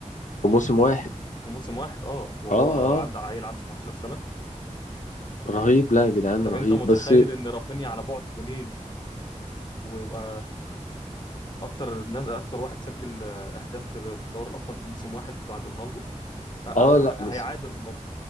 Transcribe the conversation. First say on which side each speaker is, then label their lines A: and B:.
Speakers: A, on the left; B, on the left.
A: في موسم واحد
B: في موسم واحد اه وهو
A: أه
B: عند
A: أه
B: عيل عنده 17 سنه
A: رهيب لا يا جدعان
B: طب
A: رهيب
B: انت متخيل
A: بس
B: ان رافينيا على بعد جونين ويبقى اكتر ناس اكتر واحد سجل اهداف في في دوري الابطال في موسم واحد بعد رونالدو او
A: أه لا
B: ه-
A: ميسي
B: هيعادل رونالدو